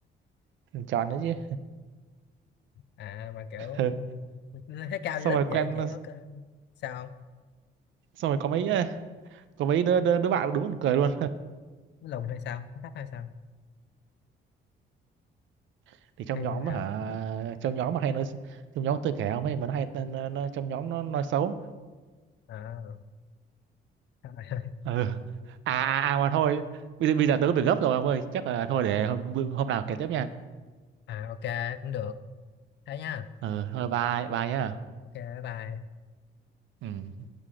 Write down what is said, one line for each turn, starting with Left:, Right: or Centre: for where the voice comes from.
Right: tròn đấy chứ <laughs>
Left: À mà kiểu
Right: Ừ.
Left: lên thấy cao
Right: xong
Left: như lớp
Right: rồi quen
Left: dễ dễ có cơ sao không?
Right: xong rồi có mấy ờ, có mấy đứa đứa, đứa bạn đúng buồn cười luôn
Left: Nó lùn hay sao? Nó thấp hay sao?
Right: <laughs> thì trong
Left: Hay
Right: nhóm
Left: như thế
Right: á
Left: nào?
Right: hả trong nhóm mà hay nói trong nhóm tôi kể không ấy mà nó hay nó, nó, nó- trong nhóm nó nói xấu
Left: À, <laughs> trời ơi.
Right: ừ. à à à mà thôi bây giờ bây giờ tớ có việc gấp rồi ông ơi chắc là thôi để hôm, hôm nào kể tiếp nha
Left: à ok cũng được. Thế nha.
Right: ừ thôi bye bye nhá
Left: Ok bye bye.
Right: ừ